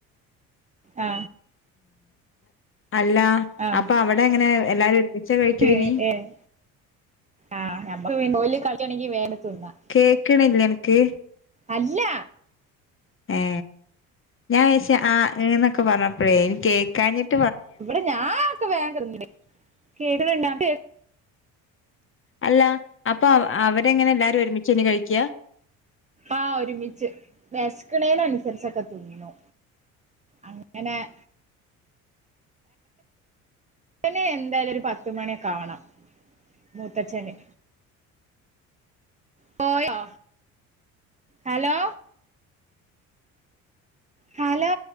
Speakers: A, on the right; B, on the left.
A: ആ
B: അല്ല
A: ആഹ്
B: അപ്പൊ അവിടെ എ ങ്ങനെ എല്ലാരും ഒരുമിച്ച കഴിക്കൽ
A: ഏഹ്
B: നി
A: ഏഹ് ആഹ്, നമ്മക്ക് പിൻ ഓല് കൾച്ചാണെങ്കി വേണ്ട് തിന്ന
B: കേൾക്കണില്ലേ അ നക്ക്?
A: അല്ല
B: ഏ ഞാൻ വിചാരിച്ച് ആ എനൊക്കെ പറഞ്ഞപ്പോഴേ ഇനി കേൾക്കാഞ്ഞിട്ട്
A: ഇവിടെ ഞാനൊക്കെ വേഗം കിടക്കണി <inaudible> <unintelligible>
B: അല്ല അപ്പൊ അവരെങ്ങനെ എല്ലാരും ഒരുമിചെല്ലേ കഴിക്ക
A: ആ ഒരുമിച്ച് വേഷകനിനുഅനുസരിച്ച് ഒക്കെ തിന്നു അങ്ങനെ- പിന്നേ എന്തായാലും ഒരു പത്തുമണിയൊക്കെ ആവണം മൂത്തച്ഛന് പോയോ? Hello hello